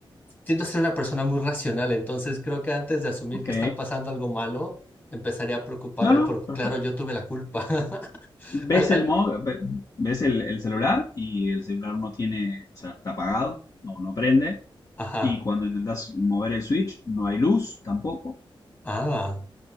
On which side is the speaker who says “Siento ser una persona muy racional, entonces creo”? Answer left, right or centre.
Left